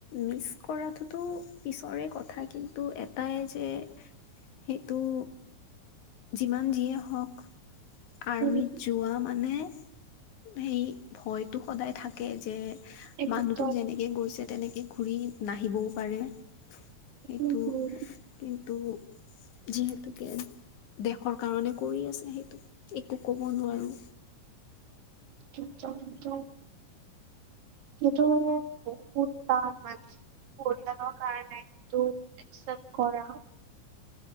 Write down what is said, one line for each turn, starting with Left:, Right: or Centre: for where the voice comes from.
Left: মিচ কৰাটোতো পিছৰে কথা। কিন্তু এটাই যে সেটো যিমান যিয়ে হওক। আৰ্মিত
Right: উম,
Left: যোৱা মানে সেই ভয়টো সদায় থাকে। যে
Right: একদম
Left: মানুহটো যেনেকে গৈছে তেনেকে ঘূৰি নাহিবও পাৰে। সেইটো,
Right: উম হুম
Left: কিন্তু যিহেতু দেশৰ কাৰণে কৰি আছে সেইটো, একো ক'ব নোৱাৰোঁ।
Right: <unintelligible> সেইটো মানে বহুত টান মানে। পৰিয়ালৰ কাৰণে এইটো একচেপট কৰা